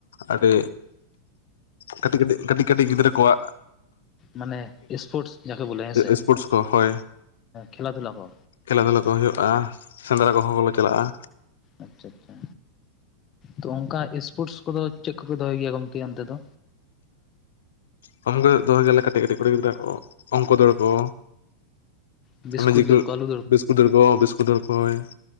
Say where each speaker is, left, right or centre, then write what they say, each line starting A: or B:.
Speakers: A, on the left (about 60°); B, on the left (about 30°).
A: ᱟᱹᱰᱤ ᱠᱟᱹᱴᱤᱡ ᱠᱟᱹᱴᱤᱡ ᱠᱟᱹᱴᱤᱡ ᱠᱟᱹᱴᱤᱡ ᱜᱤᱫᱽᱨᱟᱹ ᱠᱚᱣᱟᱜ᱾
B: ᱢᱟᱱᱮ ᱥᱯᱳᱴᱥ ᱡᱟᱠᱮ ᱵᱚᱞᱮ ᱦᱮ ᱥᱮᱸ
A: ᱥᱯᱳᱨᱴᱥ ᱠᱚ ᱦᱳᱭ
B: ᱠᱷᱮᱞᱟ ᱫᱷᱩᱞᱟ ᱠᱚ᱾
A: ᱠᱷᱮᱞᱟ ᱫᱷᱩᱞᱟ ᱠᱚ ᱦᱩᱭᱩᱜᱼᱟ, ᱥᱮᱸᱫᱽᱨᱟ ᱠᱚᱦᱚᱸ ᱞᱮ ᱪᱟᱞᱟᱜᱼᱟ᱾
B: ᱟᱪᱪᱷᱟ ᱟᱪᱪᱷᱟ᱾ ᱛᱚ ᱚᱱᱠᱟ ᱥᱯᱳᱴᱥ ᱠᱚᱫᱚ ᱪᱮᱫ ᱠᱚᱯᱮ ᱫᱚᱦᱚᱭ ᱜᱮᱭᱟ ᱜᱚᱝᱠᱮ ᱚᱱᱛᱮ ᱫᱚ?
A: ᱠᱚᱢ ᱜᱮ ᱫᱚᱦᱚᱭ ᱜᱮᱭᱟᱞᱮ ᱠᱟᱹᱴᱤᱡ ᱠᱟᱹᱴᱤᱡ ᱠᱩᱲᱤ ᱜᱤᱫᱽᱨᱟᱹᱣᱟᱜ ᱠᱚ ᱚᱝᱠᱚ ᱫᱚ ᱠᱚ
B: ᱵᱤᱥᱠᱩᱴ
A: <unintelligible>
B: ᱫᱟᱹᱲ ᱠᱚ ᱟᱹᱞᱩ
A: ᱵᱤᱥᱠᱩᱴ ᱫᱟᱹᱲ ᱠᱚ ᱵᱤᱥᱠᱩᱴ ᱫᱟᱹᱲ ᱠᱚᱭ᱾